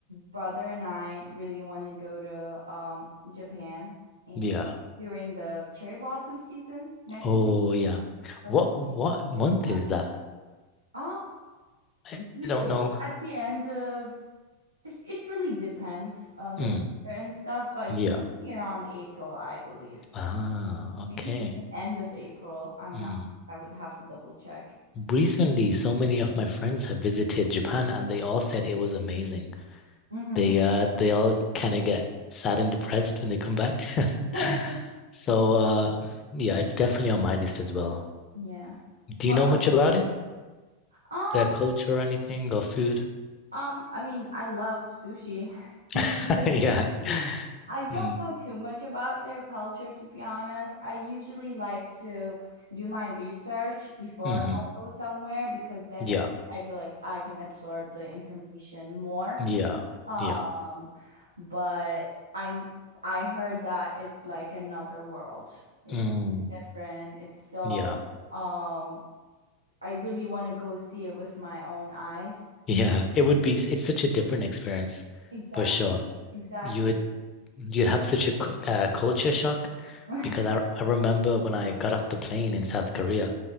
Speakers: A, on the right; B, on the left.
A: brother and I really want to go to um Japan and
B: yeah.
A: during the cherry blossom season next
B: Oh,
A: month.
B: yeah.
A: I
B: What
A: was
B: what
A: looking for
B: month
A: ex-
B: is that?
A: Um,
B: I
A: usually
B: I don't know.
A: at the end of it, it really depends on
B: Mm,
A: the weather and stuff, but usually
B: yeah.
A: around April, I believe.
B: Ah, okay.
A: Maybe even end of April. I'm
B: Mm.
A: not, I would have to double check.
B: Recently, so many of my friends have visited Japan and they all said it was amazing.
A: Mm-hmm.
B: They uh they all kind of get sad and depressed when they come back. <laughs>
A: <laughs>
B: So uh yeah, it's definitely on my list as well.
A: Yeah.
B: Do
A: Well,
B: you know much about it?
A: um,
B: Their culture or anything or food?
A: Um, I mean, I love sushi. <laughs>
B: <laughs> Yeah.
A: I don't
B: Mm.
A: know too much about their culture, to be honest. I usually like to do my research before
B: hmm
A: I go somewhere because then
B: Yeah.
A: it I feel like I can absorb the information more.
B: Yeah.
A: Um,
B: Yeah.
A: but I I heard that it's like another world. It's
B: Mm.
A: different. It's so
B: Yeah.
A: um I really want to go see it with my own eyes.
B: Yeah. It would be it's such a different experience
A: Exactly.
B: for sure.
A: Exactly.
B: You would You'd have such a cu- uh, culture shock
A: <laughs> hmm
B: because I, I remember when I got off the plane in South Korea,